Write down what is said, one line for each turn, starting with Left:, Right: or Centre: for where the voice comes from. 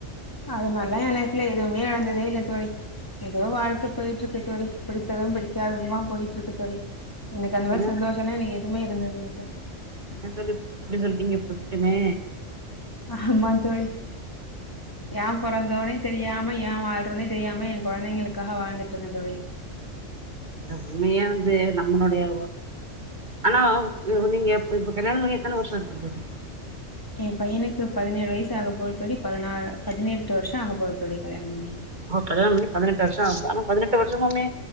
Left: அது மாரிலா எ லைஃப்ல எதுவுமே நடந்ததே இல்ல தோழி எதோ வாழ்க்க போய்ட்ருக்கு தோழி பிடித்தது பிடிக்காததுமா போய்ட்டுருக்கு தோழி எனக்கு அந்த மாரி
Right: என்ன
Left: சந்தோஷனா எனக்கு எதுமே இருந்ததில்ல தோழி
Right: என்ன தோழி இப்டி சொல்ட்டிங்க பொசுக்குனு
Left: ஆமா தோழி ஏ பொறந்தோனே தெரியாம ஏ வாழ்றோனே தெரியாம எ கொழந்தைங்களுக்காக வாழ்ந்துட்டு இருக்க தோழி
Right: உண்மையா வந்து நம்மளொடைய ஆனா நீங்க இப் இப்ப கல்யாண பண்ணி எத்தன வருஷ இருக்கு தோழி
Left: எ பையனுக்கு பதினேழு வயசு ஆக போது தோழி பதினா பதினெட்டு வருஷோ ஆக போது தோழி கல்யாண பண்ணி
Right: ஓ கல்யாண பண்ணி பதினெட்டு வருஷ ஆகுது ஆனா பதினெட்டு வருஷமுமே